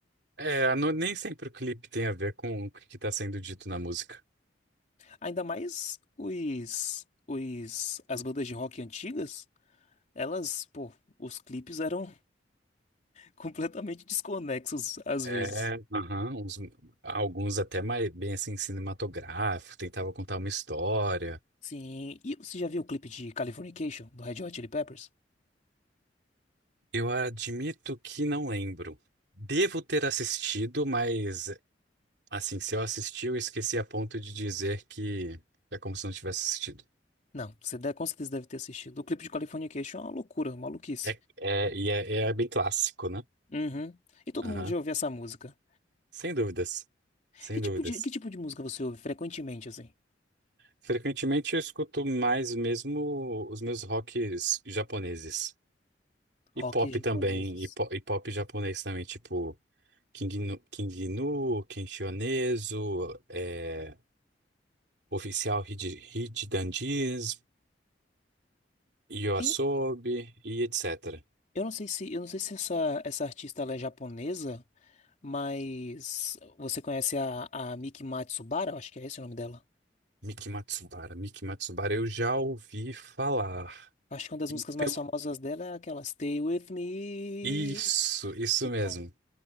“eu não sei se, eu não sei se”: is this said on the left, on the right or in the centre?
Left